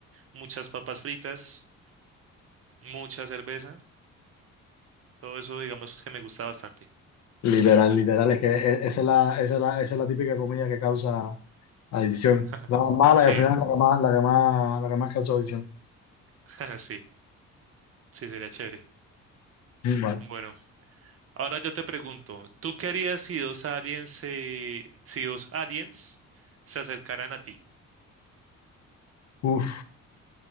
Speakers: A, on the right; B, on the left.
A: muchas papas fritas. mucha cerveza, todo eso digamos que me gusta bastante.
B: Literal, literal, es que e- esa es la, esa es la, esa es la típica comida que causa adicción.
A: <laughs>
B: La más mala y al final
A: Sí,
B: la que más, la que más, la que más causa adicción.
A: <laughs> sí, sí, sería chévere.
B: Mm, Vale.
A: Bueno, ahora yo te pregunto, ¿tú qué harías si dos aliens se, si dos aliens se acercaran a ti?
B: Uf,